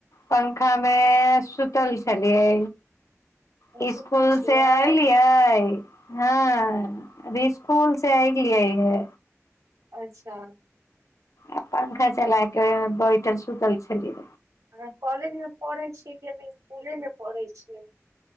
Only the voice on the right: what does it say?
सुतल छियै
अच्छा
ह कॉलेज मे पढ़े छीयै किभी इसकुले मे पढ़े छीयै